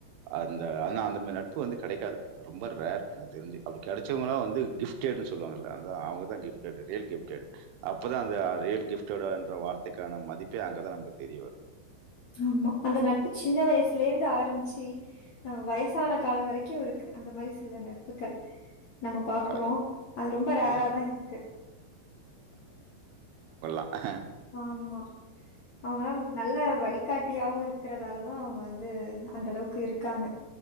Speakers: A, on the right (about 80°); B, on the left (about 60°).
A: அந்த ஆனா அந்த மாரி நட்பு வந்து கெடைக்காது ரொம்ப ரேர் எனக்கு தெரிஞ்சு அப்டி கெடச்சவங்களா வந்து கிப்டடுன்னு சொல்லுவாங்கல்ல அது அவுங்கதா கிப்டடு அப்பதா அந்த ரியல் கிப்டடு என்ற வார்த்தைக்கான மதிப்பே அங்கதா நமக்கு தெரிய வரு
B: ஆம்மா அந்த நட்பு சின்ன வயசுலேருந்து ஆரம்பிச்சு அ வயசான காலோ வரக்கு இருக்கு அந்த மாரி சில நட்புக்கள் நம்ம பாக்குறோ
A: அதான்
B: அது ரொம்ப ரேராதா
A: அதான்
B: இருக்கு
A: அஹ
B: ஆமா அவங்கல்லா நமக் ஒரு நல்ல வழி காட்டியாவு இருக்கறதாலதா அவுங்க வந்து அந்த அளவுக்கு இருக்காங்க